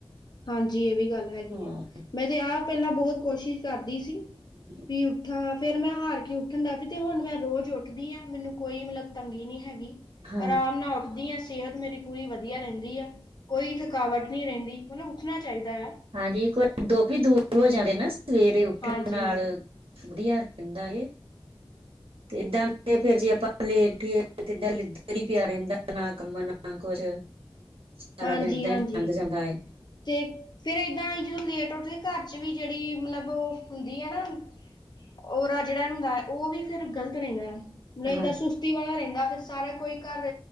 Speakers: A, on the left; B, on the right.
A: ਹਾਂਜੀ। ਇਹ ਵੀ ਗੱਲ ਹੈਗੀ
B: ਹਾਂ
A: ਆ। ਮੈਂ ਤੇ ਆਪ ਪਹਿਲਾਂ ਬਹੁਤ ਕੋਸ਼ਿਸ਼ ਕਰਦੀ ਸੀ।
B: ਹਮ।
A: ਵੀ ਉੱਠਾਂ। ਫੇਿਰ ਮੈਂ ਹਾਰ ਕੇ ਉੱਠਣ ਦਾ ਵੀ ਤੇ ਹੁਣ ਮੈਂ ਰੋਜ਼ ਉੱਠਦੀ ਆ। ਮੈਨੂੰ ਕੋਈ ਮਤਲਬ ਤੰਗੀ ਨੀ ਹੈਗੀ।
B: ਹਾਂ।
A: ਆਰਾਮ ਨਾਲ ਉੱਠਦੀ ਆ। ਸਿਹਤ ਮੇਰੀ ਪੂਰੀ ਵਧੀਆ ਰਹਿੰਦੀ ਆ। ਕੋਈ ਥਕਾਵਟ ਨਹੀਂ ਰਹਿੰਦੀ। ਮਤਲਬ ਉੱਠਣਾ ਚਾਹੀਦਾ ਹੈ।
B: ਹਾਂਜੀ। ਇੱਕ ਵਾਰ ਦੋਖ ਦੂਰ ਹੋ ਜਾਂਦੇ ਨਾ ਸਵੇਰੇ ਉੱਠਣ
A: ਹਾਂਜੀ
B: ਨਾਲ।
A: ਹਾਂਜੀ
B: ਵਧੀਆ ਰਹਿੰਦਾ ਏ। ਤੇ ਇਏਦਾਂ ਫੇਰ ਜੇ ਆਪਾਂ ਲੇਟੀਏ ਤੇ ਇਏਦਾਂ ਲਿੱਧ ਹੀ ਪਿਆ ਰਹਦਾ ਨਾ ਕੰਮ ਣ ਨਾ ਕੁਛ ਸਾਰਾ
A: ਹਾਂਜੀ
B: ਦਿਨ ਏਦਾਂ
A: ਹਾਂਜੀ
B: ਹੀ ਲੰਗ ਜਾਂਦਾ ਹੈ।
A: ਤੇ ਫੇਿਰ ਏਦਾਂ ਆ ਜ ਲੇਟ ਉਠ ਘਰ ਚ' ਵੀ ਜਿਹੜੀ ਮਤਲਬ ਉਹ ਹੁੰਦੀ ਏ ਨਾ। ਉਹ ਜਿਹੜਾ ਹੁੰਦਾ ਉਹ ਵੀ ਫੇਰ ਗ਼ਲਤ ਰਹਿੰਦਾ। ਨਹੀਂ,
B: ਹਾਂ
A: ਇਦਾਂ ਸੁਸਤੀ ਵਾਲਾ ਰਹਿੰਦਾ ਫਿਰ ਸਾਰਾ ਕੋਈ ਘਰ